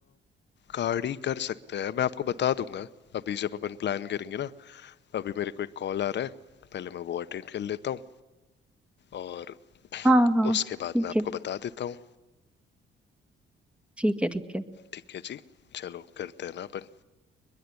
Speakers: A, on the left; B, in the centre.
A: गाड़ी कर सकते हैं मैं आपको बता दूंगा अभी जब अपन प्लान करेंगे ना अभी मेरे को एक कॉल आ रहा है पहले मैं वो अटेंड कर लेता हूँ और
B: हाँ हाँ
A: उसके बाद
B: ठीक
A: मैं आपको
B: है
A: बता देता हूँ
B: ठीक है ठीक है
A: ठीक है जी चलो करते हैं ना अपन